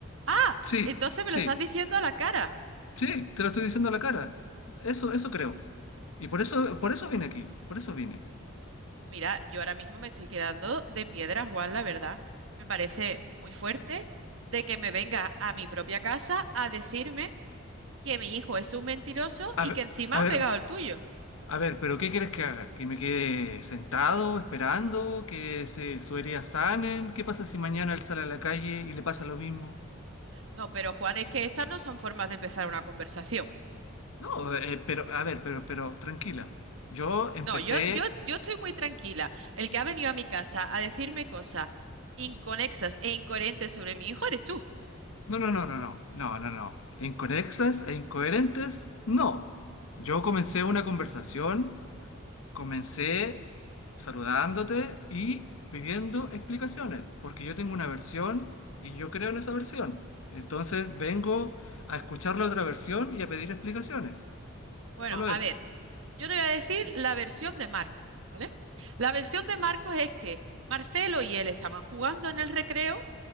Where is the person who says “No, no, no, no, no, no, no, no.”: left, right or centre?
Left